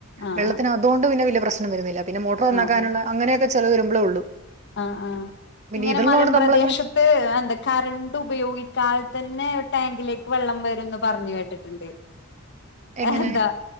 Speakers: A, on the left; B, on the right.
A: ആഹ്
B: വെള്ളത്തിന് അതുകൊണ്ട് പിന്നെ വല്യ പ്രശ്നം വരുന്നില്ല പിന്നെ മോട്ടോർന്നാക്കാനുള്ള
A: ആഹ്
B: അങ്ങനൊക്കെ ചെലവ് വരുമ്പളേ ഉള്ളൂ
A: ആഹ് ആഹ്
B: പിന്നെ
A: ഇങ്ങനെ
B: ഇതുള്ളതുകൊണ്ട്
A: മലമ്പ്രദേശ
B: നമ്മളങ്ങനെ
A: ത്ത് എന്താ കറണ്ട് ഉപയോഗിക്കാതെ തന്നെ ടാങ്കിലേക്ക് വെള്ളം വരുന്ന് പറഞ്ഞു കേട്ടിട്ടുണ്ട്
B: എങ്ങനെ
A: എന്താ